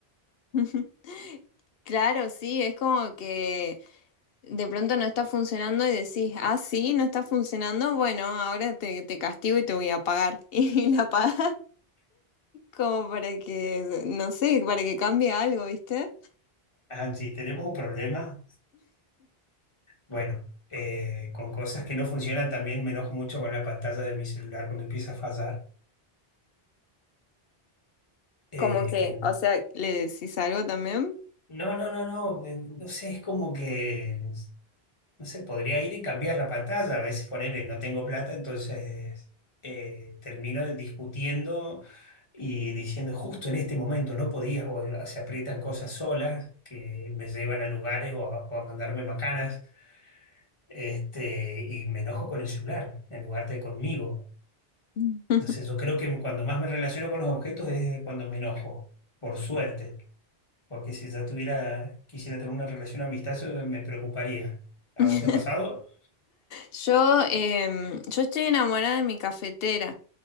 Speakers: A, on the left; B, on the left.
A: <laughs> Claro, sí, es como que de pronto no está funcionando y decís, ah, sí, no está funcionando, bueno, ahora te, te castigo y te voy a pagar. <laughs> Y la pagas. Como para que, no sé, para que cambie algo, ¿viste?
B: Angie, tenemos un problema. Bueno, eh, con cosas que no funcionan también me enojo mucho con la pantalla de mi celular cuando empieza a fallar. eh,
A: Como que,
B: que n-
A: o sea, ¿Le decís algo también?
B: no, no, no, no, eh, no sé, es como que No sé, podría ir y cambiar la pantalla. A veces ponerle no tengo plata, entonces eh, termino discutiendo y diciendo justo en este momento no podías, o se aprietan cosas solas que me llevan a lugares o a, o a mandarme macanas, este, y me enojo con el celular en lugar de conmigo.
A: Mm.
B: No sé, yo creo que cuando más me relaciono con los objetos es cuando me enojo, por suerte, porque si ya tuviera, quisiera tener una relación amistosa, me preocuparía. ¿A
A: <laughs>
B: vos te ha pasado?
A: Yo, em, yo estoy enamorada de mi cafetera.